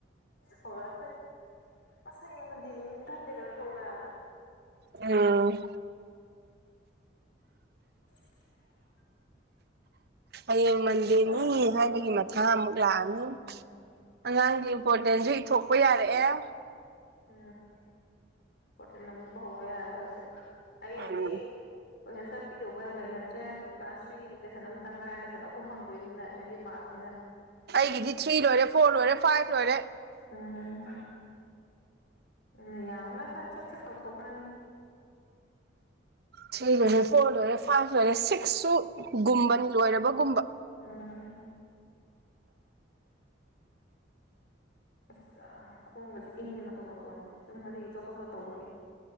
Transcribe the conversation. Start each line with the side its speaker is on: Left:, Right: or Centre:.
Left: ꯍꯧꯔꯛꯑꯅꯤ ꯑꯁ ꯍꯌꯦꯡ ꯃꯟꯗꯦꯅꯤꯅꯦ ꯇꯟꯂꯦꯗ ꯑꯣꯟꯊꯣꯛꯅꯅ
Right: ꯎꯝ
Left: <inaudible>
Right: ꯍꯌꯦꯡ ꯃꯟꯗꯦꯅꯤ
Left: ꯎꯝ ꯑꯧ
Right: ꯍꯥꯏꯕꯒꯤ
Left: ꯑꯧ
Right: ꯃꯊꯥ ꯑꯃꯨꯛ ꯂꯥꯛꯑꯅꯤ
Left: ꯎꯝ
Right: ꯑꯉꯥꯡꯒꯤ ꯏꯝꯄꯣꯔꯇꯦꯟꯁꯨ ꯏꯊꯣꯛꯄ ꯌꯥꯔꯛꯑꯦ
Left: ꯎꯝ ꯄꯣꯔꯇꯦꯟ ꯅꯝꯕ ꯍꯧꯕ ꯌꯥꯔꯦ ꯍꯧꯖꯤꯛ ꯑꯩꯗꯤ
Right: ꯎꯝ
Left: ꯀꯣꯏꯁꯟ ꯑꯟꯁꯔ ꯄꯤꯗꯧꯕ ꯌꯥꯝ ꯂꯩꯅꯗ꯭ꯔꯦ ꯀ꯭ꯂꯥꯁ ꯊ꯭ꯔꯤꯒꯤ ꯂꯦꯁꯟ ꯑꯝꯇꯪ ꯉꯥꯏ ꯂꯦꯁꯟ ꯑꯍꯨꯝ ꯐꯪꯗꯣꯏꯅꯤꯅ ꯇ꯭ꯋꯦꯟꯇꯤ ꯃꯥꯔꯛꯁꯅꯤꯅ
Right: ꯑꯩꯒꯤꯗꯤ ꯊ꯭ꯔꯤ ꯂꯣꯏꯔꯦ ꯐꯣꯔ ꯂꯣꯏꯔꯦ ꯐꯥꯏꯚ ꯂꯣꯏꯔꯦ
Left: ꯎꯝ ꯃꯌꯥꯝ ꯑꯃ ꯁꯠ ꯁꯠ ꯁꯠ ꯇꯧꯊꯣꯛꯈ꯭ꯔꯅꯤ
Right: ꯊ꯭ꯔꯤ ꯂꯣꯏꯔꯦ ꯐꯣꯔ ꯂꯣꯏꯔꯦ ꯐꯥꯏꯚ ꯂꯣꯏꯔꯦ ꯁꯤꯛꯁꯁꯨ ꯒꯨꯝꯕꯅꯤ ꯂꯣꯏꯔꯕꯒꯨꯝꯕ
Left: ꯎꯝ <inaudible> ꯑꯁ ꯑ ꯈꯣꯡꯒꯁꯦ ꯏꯪꯉꯦ ꯃꯇꯣꯟ ꯃꯇꯣꯟꯁꯦ ꯁꯨꯝ ꯉꯁꯤꯒꯤ ꯆꯣꯠ ꯆꯣꯠ ꯆꯣꯠ ꯇꯧꯕꯒꯤ